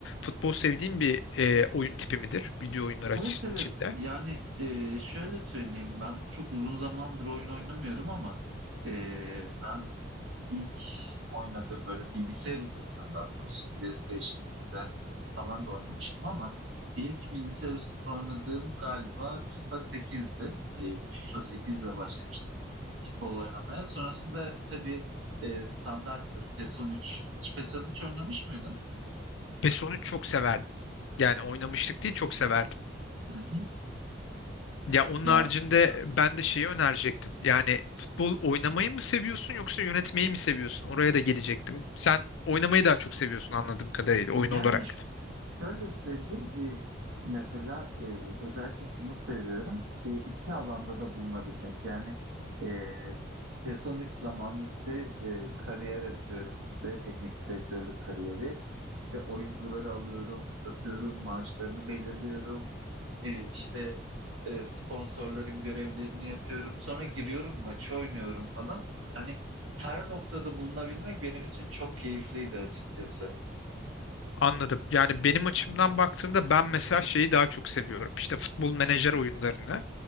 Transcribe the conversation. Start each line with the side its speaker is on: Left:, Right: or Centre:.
Left: Futbol sevdiğin bir e, oyun tipi midir? Video oyunları aç-
Right: Evet evet
Left: içinde.
Right: yani e, şöyle söyleyeyim ben çok uzun zamandır oyun oynamıyorum ama e, ben ilk oynadığım böyle bilgisayar üzerinden daha doğrusu PlayStation 1'de falan da oynamıştım ama ilk bilgisayar üstünde oynadığım galiba FIFA 8'di. E, FIFA 8 ile başlamıştım futbol oynamaya. Sonrasında tabii e, standarttır PES 13. Hiç PES 13 oynamış mıydın?
Left: PES onu çok severdim. Yani oynamıştık değil çok severdim.
Right: Hı hı.
Left: Ya onun
Right: Ya
Left: haricinde ben de şeyi önerecektim. Yani futbol oynamayı mı seviyorsun yoksa yönetmeyi mi seviyorsun? Oraya da gelecektim. Sen oynamayı daha çok seviyorsun anladığım kadarıyla oyun
Right: yani
Left: olarak.
Right: Şöyle söyleyeyim, e, mesela e, özellikle şunu seviyorum, e, iki alanda da bulunabilmek. Yani e, PESON 3 zamanı işte e, kariyer açıyorum işte, teknik direktörlük kariyeri. İşte oyuncuları alıyorum, satıyorum, maaşlarını belirliyorum. E, işte e, sponsorların görevlerini yapıyorum. Sonra giriyorum
Left: Hı hı.
Right: maçı oynuyorum falan. Hani her noktada bulunabilmek benim için çok keyifliydi açıkçası.
Left: Anladım. Yani benim açımdan baktığında ben mesela şeyi daha çok seviyorum. İşte futbol menajer oyunlarını.